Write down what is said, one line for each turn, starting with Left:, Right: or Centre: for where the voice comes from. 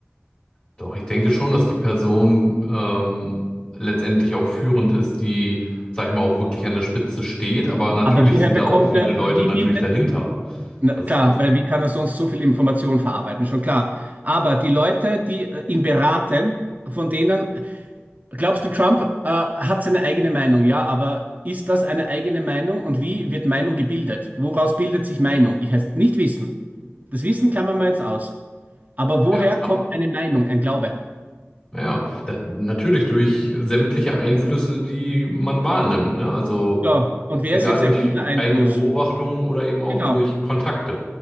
Left: doch, ich denke schon, dass die Person ähm, letztendlich auch führend ist, die, sag ich mal, auch wirklich an der Spitze steht. Aber natürlich
Right: Aber woher
Left: sind
Right: bekommt
Left: da auch viele
Right: er,
Left: Leute
Right: wie
Left: natürlich
Right: bildet,
Left: dahinter.
Right: Na,
Left: Das
Right: klar,
Left: ist ganz
Right: weil
Left: klar.
Right: wie kann er sonst so viel Information verarbeiten? Schon klar. Aber die Leute, die äh, ihn beraten, von denen, glaubst du, Trump äh, hat seine eigene Meinung, ja, aber ist das eine eigene Meinung und wie wird Meinung gebildet? Woraus bildet sich Meinung? Ich heißt nicht wissen. Das Wissen klammern wir jetzt aus. Aber woher
Left: Ja, klar.
Right: kommt eine Meinung, ein Glaube?
Left: Ja, da, natürlich durch sämtliche Einflüsse, die man wahrnimmt, ne? Also
Right: So, und wer
Left: egal
Right: ist jetzt
Left: durch
Right: ein guter Einfluss?
Left: eigene Beobachtungen oder eben auch
Right: Genau.
Left: durch Kontakte.